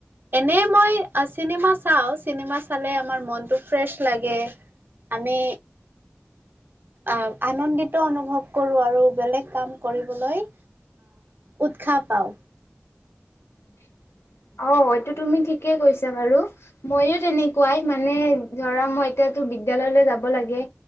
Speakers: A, on the right (about 50°); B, on the left (about 85°).
A: এনেই মই এ চিনেমা চাওঁ চিনেমা চালে আমাৰ মনটো ফ্ৰেছ লাগে, আমি আহ আনন্দিত অনুভৱ কৰো আৰু বেলেগ কাম কৰিবলৈ উৎসাহ পাওঁ।
B: <inaudible> অ', এইটো তুমি ঠিকেই কৈছা বাৰু। মইয়ো তেনেকুৱাই, মানে ধৰা মই এতিয়াতো বিদ্যালয়লৈ যাব লাগে।